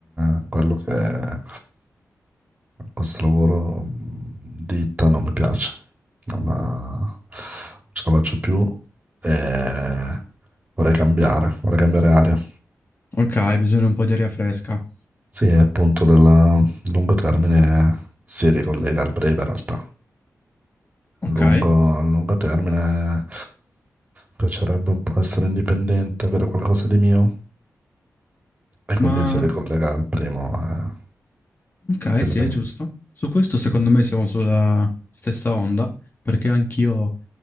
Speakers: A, on the right; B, on the left.
A: eh, quello che questo lavoro mh, ditta non mi piace, non, eh, non ce la faccio più e vorrei cambiare, vorrei cambiare aria.
B: ok, bisogna un po' di aria fresca.
A: Sì, e appunto del lungo termine si ricollega al breve in realtà.
B: Ok,
A: Lungo, a lungo termine piacerebbe un po' essere indipendente, avere qualcosa di mio E
B: ma
A: quindi si ricollega al primo. eh.
B: ok,
A: Dimmi,
B: sì,
A: dimmi.
B: è giusto. Su questo secondo me siamo sulla stessa onda, perché anch'io